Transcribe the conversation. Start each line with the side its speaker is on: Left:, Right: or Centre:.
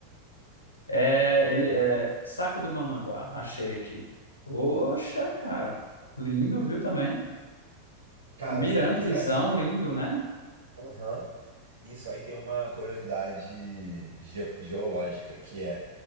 Left: é, ele é saco do Mamanguá, achei aqui. Poxa, cara, lindo, viu também?
Right: Cara,
Left: Um mirantezão
Right: sabe o que é?
Left: lindo, né?
Right: Aham. Isso aí tem uma curiosidade ge- geológica, que é,